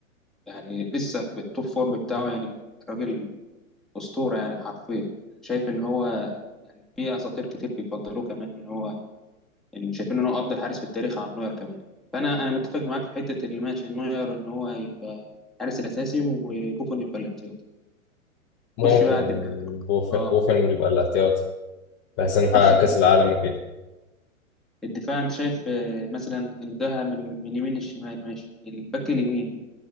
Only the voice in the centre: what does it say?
يعني لسه في التوب فورم بتاعه يعني راجل اسطوره يعني حرفيا شايف ان هو يعني في اساطير كتير بيفضلوه كمان ان هو ان شايفين ان هو افضل حارس في التاريخ عن نوير كمان فانا انا متفق معاك في حته الماتش ان نوير ان هو يبقى الحارس الاساسي وبوفون يبقى الاحتياطي
خش بقى الدفاع
اه
خش على
الدفاع انت شايف آه، مثلا انتهى من من اليمين للشمال ماشي الباك اليمين